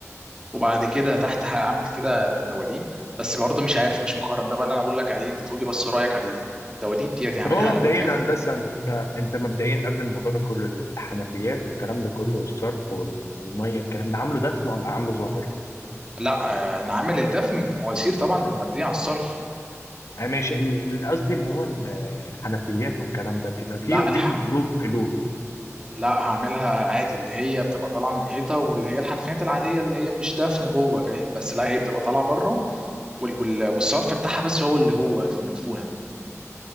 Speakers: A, on the right; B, on the left.
A: وبعد كده تحت هعمل كده دواليب بس برضه مش عارف مش مقارن ده بقى اللي انا بقول لك عليه انت تقولي بس رايك عليه الدواليب دي هتعملها
B: طب هو
A: على
B: مبدئيا
A: مونتال
B: هندسه انت انت مبدئيا قبل الموضوع ده كله ال- الحنفيات والكلام ده كله والصرف وال- والميه الكلام ده عامله دفن ولا عامله ظاهر؟
A: لا آه، انا عامل الدفن المواسير طبعا الموديه على الصرف
B: آه، ماشي ال- ال- قصدي اللي هو ال- الحنفيات والكلام ده بيبقى
A: لا
B: فيه ليهم
A: الحق
B: قلوب قلوب
A: لا هعملها عادي اللي هي بتبقى طالعه من حيطه واللي هي الحنفيات العاديه اللي هي مش دفن جوه فاهم بس لا هي بتبقى طالعه بره وال... وال... والصرف بتاعها بس هو اللي جوه في مدفونه